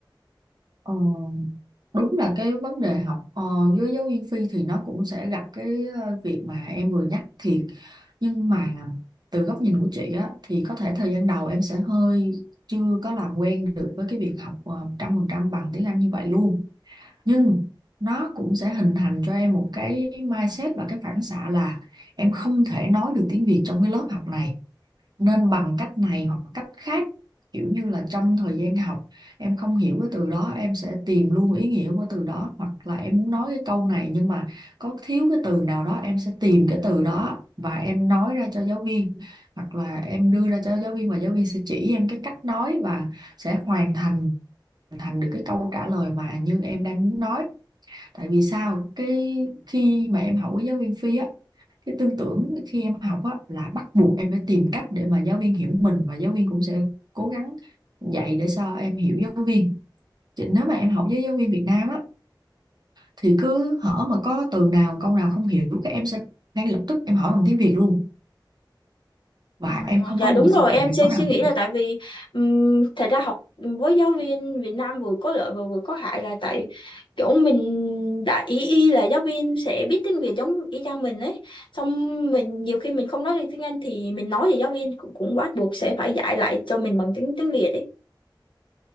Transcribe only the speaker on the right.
Ờ, đúng là cái vấn đề học ờ, với giáo viên phi thì nó cũng sẽ gặp cái ờ, việc mà em vừa nhắc thiệt nhưng mà từ góc nhìn của chị á thì có thể thời gian đầu em sẽ hơi chưa có làm quen được với cái việc học ờ, trăm phần trăm bằng tiếng Anh như vậy luôn nhưng nó cũng sẽ hình thành cho em một cái mindset và cái phản xạ là em không thể nói được tiếng Việt trong cái lớp học này nên bằng cách này hoặc cách khác kiểu như là trong thời gian học em không hiểu cái từ đó em sẽ tìm luôn ý nghĩa của từ đó hoặc là em muốn nói cái câu này nhưng mà có thiếu cái từ nào đó em sẽ tìm cái từ đó và em nói ra cho giáo viên hoặc là em đưa ra cho giáo viên và giáo viên sẽ chỉ em cái cách nói và sẽ hoàn thành hoàn thành được cái câu trả lời mà như em đang muốn nói tại vì sao cái khi mà em học với giáo viên phi á cái tư tưởng khi em học á là bắt buộc em phải tìm cách để mà giáo viên hiểu mình và giáo viên cũng sẽ cố gắng dạy để sao em hiểu giáo viên Chứ nếu mà em học với giáo viên Việt Nam á thì cứ hở mà có từ nào câu nào không hiểu các em sẽ ngay lập tức em hỏi bằng tiếng Việt luôn và
em không
có một
cái
sự động
não
nào
cả